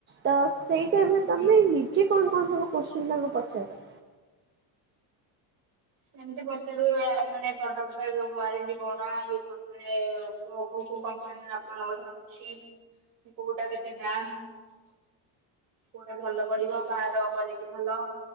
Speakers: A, on the right; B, on the right.
A: ତ ସେଇ ଟାଇମ୍ ରେ
B: ହୁଁ
A: ତମେ ନିଜେ କ'ଣ କ'ଣ ସବୁ ପଶ୍ଚିମବଙ୍ଗ ପଚାର।
B: ସେମତି ପଚାରୁୁ ମାନେ ପ୍ରଡକ୍ଟ ଟା ଯୋଉ ୱାରେଣ୍ଟି କଣାଇ କଣ ମାନେ କ କୋଉ କୋଉ କମ୍ପାନୀରେ ଆପଣଙ୍କର ଅଛି। କଉଟା କି? ସେ ଦାମ୍ କୋଉଟା ଭଲ ପଡିବ କାହାର କ୍ଵାଲିଟି ଭଲ?